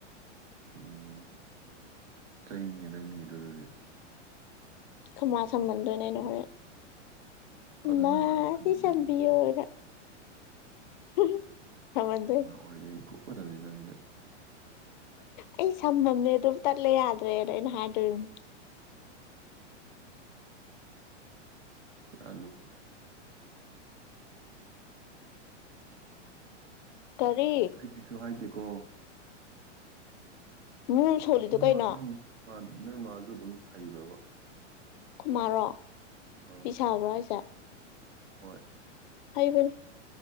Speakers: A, on the right; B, on the left.
A: ꯎꯝ ꯆꯩꯅꯤ ꯅꯪꯒꯤꯗꯨꯗꯤ ꯑꯗꯨꯗꯤ
B: ꯈꯨꯃꯥ ꯁꯝꯍꯟꯗꯣꯏ ꯑꯗꯨꯕꯨꯗꯤ
A: ꯑꯗꯨ
B: ꯅꯥ
A: ꯅꯪ ꯃꯥ ꯑꯗꯨꯝ ꯁꯨꯝꯃꯟꯗꯣꯏꯕ
B: ꯁꯤ ꯁꯝꯕꯤ ꯌꯣꯔꯅ ꯍꯝ ꯁꯝꯃꯟꯗꯣꯢ
A: ꯑꯣꯏꯔꯦꯡ ꯐꯨꯎꯒꯗꯕꯅꯦ ꯅꯪꯖ
B: ꯑꯩ ꯁꯝꯃꯝꯅꯦ ꯑꯗꯨꯝ ꯇꯠꯂ ꯌꯥꯗ꯭ꯔꯦꯅ ꯑꯩꯅ ꯍꯥꯏꯗꯨꯔꯅꯤ
A: <unintelligible>
B: ꯀꯔꯤ
A: ꯑꯩ ꯀꯩꯁꯨ ꯍꯥꯏꯗꯦꯀꯣ
B: ꯃꯨꯝ ꯁꯣꯜꯂꯤꯗꯣ
A: ꯅꯣꯏ
B: ꯀꯩꯅꯣ
A: ꯃꯥ ꯅꯣꯏ ꯅꯣꯏ ꯃꯥꯁꯨ ꯑꯗꯨꯝ ꯍꯩꯕ꯭ꯔꯕ
B: ꯑꯩꯈꯣꯏꯃꯥꯔꯣ
A: ꯑꯥ
B: ꯐꯤꯁꯥꯕ꯭ꯔꯣ ꯍꯢꯁꯦ
A: ꯍꯣꯏ
B: ꯍꯩꯕꯅꯤ